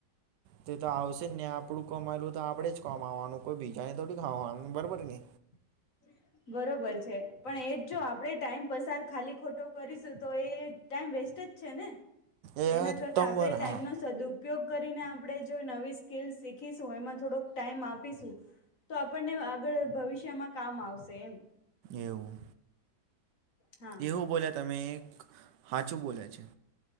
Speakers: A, on the right; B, on the left.
A: તે તો આવશે જ ને આપડું કમાયેલું તો આપડે જ કમાવાનું કોઈ બીજાને થોડી ખાવાનું બરોબર ને
B: હ બરોબર છે પણ એજ જો આપણેે ટાઈમ પસાર ખાલી ખોટો કરીશું તો એ ટાઈમ વેસ્ટ જ છે ને
A: એ
B: એના કરતાં
A: તમ
B: આપણે
A: બર
B: ટાઈમનો
A: હા
B: સદુ ઉપયોગ કરીને આપણે જો નવી સ્કીલ શીખીશું એમાં થોડોક ટાઈમ આપીશું તો આપણને આગળ ભવિષ્યમાં કામ આવશે એમ
A: એવું
B: હા
A: એવું બોલ્યા તમે એક હાચું બોલે છે